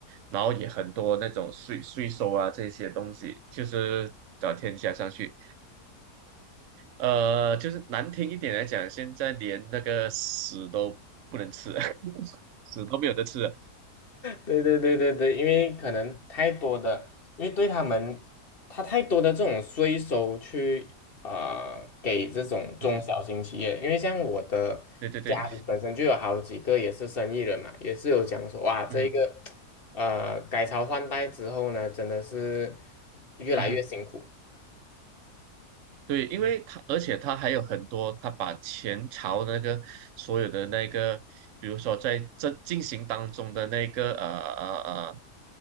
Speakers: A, on the right; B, on the left.
A: 然后也很多那种税税收啊这些东西，就是找天加上去，呃，就是难听一点来讲，现在连那个屎都不能吃了 <laughs> 屎都没有得吃了。
B: 对对对对对，因为可能太多的，因为对他们，他太多的这种税收去啊、呃给这种中小型企业，
A: 嗯哼，
B: 因为像我的家里本身就有好几个也是生意人嘛，
A: 对对对，
B: 也是有讲说哇，这一个
A: 嗯哼。
B: 呃改朝换代之后呢，真的是越来越辛苦，
A: 嗯哼对，因为他，
B: 嗯，
A: 而且他还有很多，他把前朝的那个所有的那个，比如说在这进行当中的那个呃呃呃，